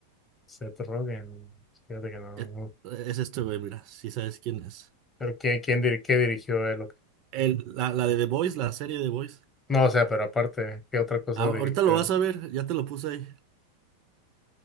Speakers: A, on the left; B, on the right.
A: Seth Rogen. Fíjate que no,
B: Eh,
A: no.
B: Es este güey, mira, si sabes quién es.
A: Pero ¿quién, quién dir- qué dirigió él? o qué?
B: El, la, la de The Voice, la serie de The Voice.
A: No, o sea, pero aparte, ¿qué otra cosa
B: A- ahorita
A: dirigió
B: lo vas
A: él?
B: a ver, ya te lo puse ahí.